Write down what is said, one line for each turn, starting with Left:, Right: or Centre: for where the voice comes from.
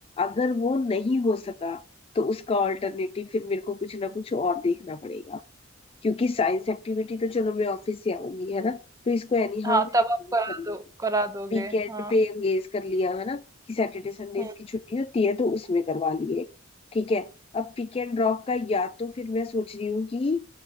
Left: अगर वो नहीं हो सका तो उसका ऑल्टरनेटिव
Right: हुँ।
Left: फिर मेरे को कुछ ना कुछ और देखना पड़ेगा क्योंकि साइंस एक्टिविटी तो चलो मैं ऑफिस से आऊंगी है ना तो इसको एनी हाउ
Right: हाँ,
Left: मैं
Right: तब
Left: arrange
Right: आप करा
Left: कर लूंगी
Right: दो करा दोगे।
Left: वीकेंड
Right: हाँ,
Left: पे एंगेज कर लिया है ना कि सैटरडे संडे
Right: हुँ।
Left: इसकी छुट्टी होती है तो उसमें करवा लिए ठीक है अब पिक एंड ड्रॉप का या तो फिर मैं सोच रही हूँ कि